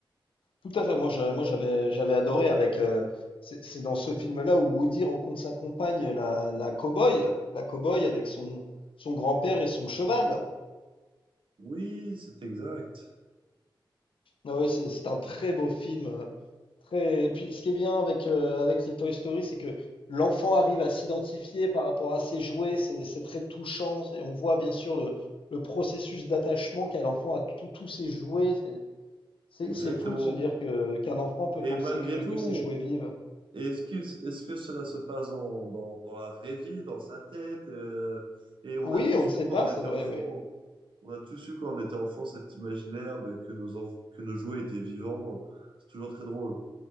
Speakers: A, on the left (about 85°); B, on the right (about 70°).
A: Tout à fait. Moi, je- moi, j'avais, j'avais adoré avec. euh, c'est c'est dans ce film-là où Woody rencontre sa compagne, la, la cow-boy, la cow-boy avec son, son grand-père et son cheval.
B: Oui, c'est exact.
A: Ah ouais, c'est c'est un très beau film. euh, Très... Et puis, ce qui est bien avec, euh, avec les Toy Story, c'est que l'enfant arrive à s'identifier par rapport à ses jouets. C'est c'est très touchant. Et on voit bien sûr le, le processus d'attachement qu'a l'enfant à tout- tous ses jouets. C'est
B: Exactement.
A: c'est fou de se dire que qu'un enfant peut
B: Et
A: penser
B: malgré
A: que,
B: tout,
A: que
B: on-
A: ses jouets vivent.
B: est-ce qu'il- est-ce que cela se passe dans, dans, dans la vraie vie, dans sa tête? euh, Et on
A: Oui,
B: a tous
A: on ne sait
B: eu quand
A: pas,
B: on était
A: c'est vrai,
B: enfant,
A: oui.
B: on a tous eu quand on était enfant cet imaginaire de que nos enf- que nos jouets étaient vivants. C'est toujours très drôle.